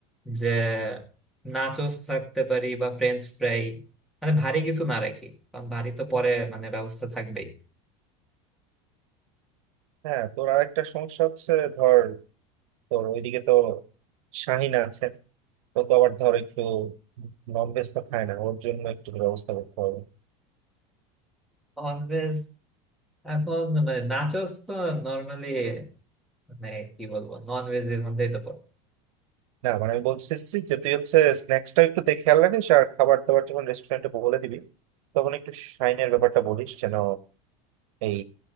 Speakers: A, in the centre; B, on the right (about 80°).
A: যে নাচোস থাকতে পারি বা ফ্রেঞ্চ ফ্রাই মানে ভারী কিছু না রাখি কারণ ভারী তো পরে মানে ব্যবস্থা থাকবেই
B: হ্যাঁ তোর আরেকটা সমস্যা হচ্ছে ধর তোর ওইদিকে তো শাহিন আছে ও তো আবার ধর একটু নন ভেজ তো খায় না ওর জন্য একটু ব্যবস্থা করতে হবে
A: ননভেজ এখন মানে নাচোস তো নর্মালি মানে কি বলবো ননভেজ এর মধ্যেই তো পড়ে
B: না মানে আমি বলতেছি যে তুই হচ্ছে স্ন্যাক্সটা একটু দেখে খেয়াল রাখিস আর খাবার দাবার যখন রেস্টুরেন্টে বলে দিবি তখন একটু শাইনের ব্যাপারটা বলিস যেন এই